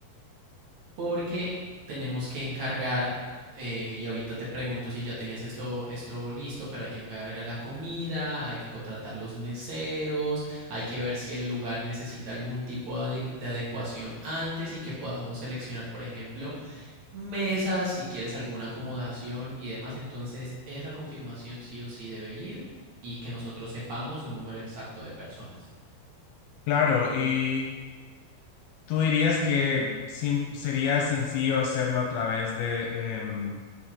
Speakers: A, on the right (about 55°); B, on the left (about 80°).
A: porque tenemos que encargar, eh, y ahorita te pregunto si ya tenías esto, esto listo, pero hay que encargar la comida, hay que contratar los meseros, hay que ver si el lugar necesita algún tipo de, de adecuación antes y que podamos seleccionar, por ejemplo, mesas, si quieres alguna acomodación y demás. Entonces, esa confirmación sí o sí debe ir y que nosotros sepamos un número exacto de personas.
B: Claro, y tú dirías que sim- sería sencillo hacerlo a través de em,